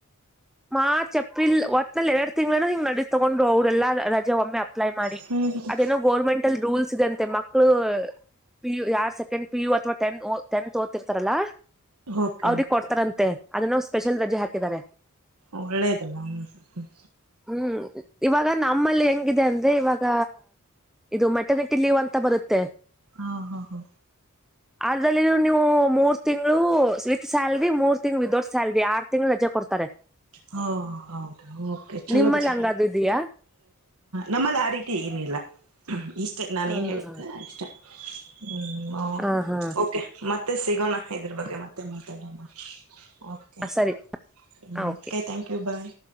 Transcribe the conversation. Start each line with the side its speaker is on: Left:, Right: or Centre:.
Centre: ಮಾರ್ಚ್ ಎಪ್ರಿಲ್ ಒಟ್ಲ್ಲಿ ಎರಡು ತಿಂಗಳನ ಹ್ ನಡೀ ತಗೊಂಡ್ ಹದೆಲ್ಲ ಒಮ್ಮೆ ಅಪ್ಲೈ ಮಾಡಿ
Right: ಹ್ಮ್ ಹ್ಮ್
Centre: ಅದೇನೋ ಗೋರ್ಮೆಂಟಲ್ ರೂಲ್ಸ್ ಇದೆಂತೆ ಮಕ್ಕಳು ಪಿ ಯು ಯಾರ್ ಸೆಕೆಂಡ್ ಪಿ ಯು ಅಥವಾ ತ್ ಟಂತ್ಓದ್ತಿರ್ತಾರಲ್ಲಾ
Right: ಓಕೆ
Centre: ಅವ್ರಿಗೆ
Right: ಓಕೆ
Centre: ಕೊಡ್ತಾರಂತೆ ಅದನ್ನ ಸ್ಪೆಷಲ್ ರಜೆ ಹಾಕಿದಿದ್ದಾರೆ
Right: ಒಳ್ಳೇದಲ್ಲ ಹ್ಮ್ ಹ್ಮ್
Centre: ಹ್ಮ್ ಇವಾಗ ನಮ್ಮಲ್ಲಿ ಹೆಂಗಿದೆ ಅಂದ್ರೆ ಇವಾಗ ಇದು ಮೆಟನ್ಟಿ ಲೀವ್ ಅಂತ ಬರುತ್ತೆ
Right: ಆ ಹ ಹ
Centre: ಅದ್ರಲ್ಲಿ ನೀವು ಮೂರ್ ತಿಂಗಂಗಳು ವಿತ್ ಸ್ಯಾಲ್ರಿ ಮೂರ್ ತಿಂಗ ವಿಿದೌಟ್ ಸ್ಯಾಲ್ರಿ ಆರ್ ತಿಂಗಗಳು ರಜೆ ಕೊಡ್ತಾರೆ
Right: ಹಾ ಹೌದಾ ಓಕೆ ಚಲೋ
Centre: ನಿಮ್ಮಲ್ಲಿ
Right: ಬಿಡಿ
Centre: ಹಂಗಾದ ಇದೆಯಾ
Right: ನಮ್ಮಲ್ಲಿ ಆ ರೀತಿ ಏನಿಲ್ಲ ಇಷ್ಟೇ ನಾನ
Centre: ಹ
Right: ಏನ್ ಹೇಳಿದ್ರ ಇಷ್ಟೇ ಹ್ಮ
Centre: ಹಾ ಹಾ
Right: ಓಕೆ ಮತ್ತೆ ಸಿಗೋಣ ಇದ್ರ ಬಗ್ಗೆ ಮತ್ತೆ ಡಮ ಓಕೆ
Centre: ಸರಿ
Right: okay
Centre: ಹ okay
Right: thank you bye